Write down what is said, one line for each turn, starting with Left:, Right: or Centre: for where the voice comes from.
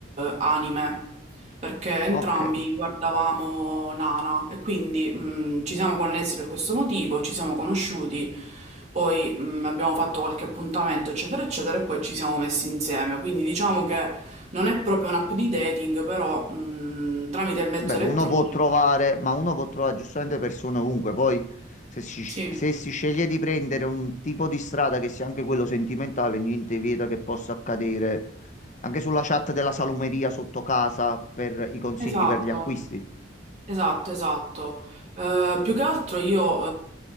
Right: anime, perché entrambi
Left: Ok.
Right: guardavamo Nana e quindi mh, ci siamo connessi per questo motivo, ci siamo conosciuti, poi mh, abbiamo fatto qualche appuntamento, eccetera, eccetera, e poi ci siamo messi insieme. Quindi diciamo che non è proprio un'app di dating, però mh, tramite il mezzo
Left: Vabbè,
Right: elettronico.
Left: uno può trovare, ma uno può trovare giustamente persone ovunque. Poi, se si, se
Right: Sì,
Left: si sceglie di prendere un tipo di strada che sia anche quello sentimentale, niente vieta che possa accadere anche sulla chat della salumeria sotto casa per i consigli
Right: esatto.
Left: per gli acquisti.
Right: Esatto, esatto. Eh, più che altro io,